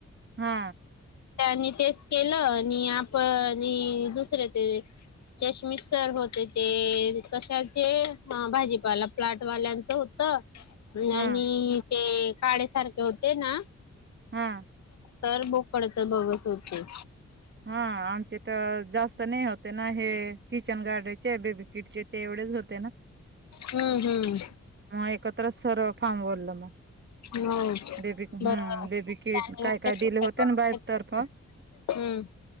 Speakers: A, on the right; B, on the left.
A: हा
B: त्यानी तेच केलं आणि आपण दुसरे ते चष्मिस्टर हो हो ते कशाचे भाजीपाला प्लाटवाल्यांचं होत.
A: हा
B: आणि ते काळेसारखे होते ना
A: हा
B: तर बोकडच बघत होते
A: हा आमचे तर जास्त नाही होतहे. हे किचन गार्डनचे बेबीकिटचे ते एवढेच होते ना
B: हम्म हम्म
A: मग एकत्रच सर्व फॉर्म भरला मग
B: हो
A: बेबी हम्म
B: बरोबर.
A: बेबी किट
B: त्यानी
A: काय
B: उलटे
A: काय
B: सुलटे
A: दिले होते
B: करून
A: ना बाईबतर्फ
B: हम्म